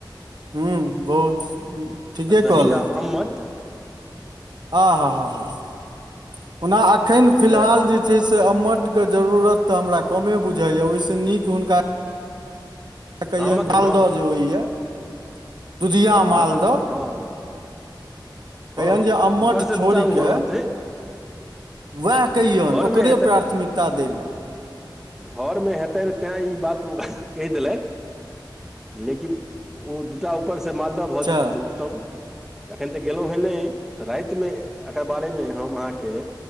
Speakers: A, on the right; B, in the centre.
A: हु बहुत ठीके
B: आ दही
A: कहलैथ
B: आ अम्मट
A: आ हाँ हाँ <inaudible> ओना एखन
B: ई
A: फिलहाल
B: तऽ
A: जे छै से अम्मठ कऽ जरूरत तऽ हमारा कमे बुझाय ओइस नीक हुनका कहियैन
B: आमक
A: मालदह
B: हँ
A: जे होइए <inaudible> दुुधिया
B: आ
A: मालदह
B: हा हा हँ हँ
A: कहियैन जे अम्मठ
B: ऊपर से
A: छोड़
B: दूटा ओहो
A: केँ
B: रहतै
A: वैह कहियौन
B: घरमे
A: ओकरे प्राथमिकता दै लऽ
B: घर में हेतैन तै ई बात ओ कैह देलैथ लेकिन ओ दू टा ऊपर स मालदह
A: अच्छा
B: भऽ जेतै तऽ उत्तम तऽ एखन तऽ गेलु है नै तऽ राइत में एकर बारे में हम अहाँ केँ